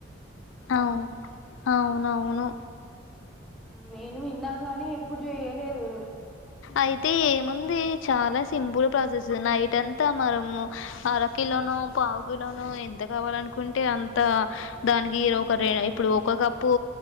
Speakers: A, on the left (about 75°); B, in the centre.
A: అవు అవువును అవును
B: నేను విన్నాను గానీ ఎప్పుడు చేయలేదు
A: అయితే ఏముంది చాలా సింపుల్ ప్రాసెస్ నైట్ అంతా మనము అర కిలోనో పావు కిలోనో ఎంత కావాలనుకుంటే అంతా దానికి ఒక ర ఇప్పుడు ఒక కప్పు